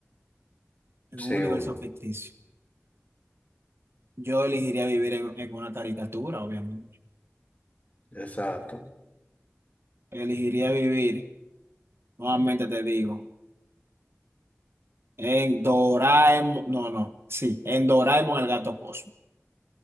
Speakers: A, on the right; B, on the left.
A: en
B: Sí,
A: un universo
B: una.
A: ficticio, yo elegiría vivir en, en una caricatura, obviamente.
B: Exacto.
A: Elegiría vivir, nuevamente te digo, en Doraemon, no, no, sí, en Doraemon el gato Cosmo.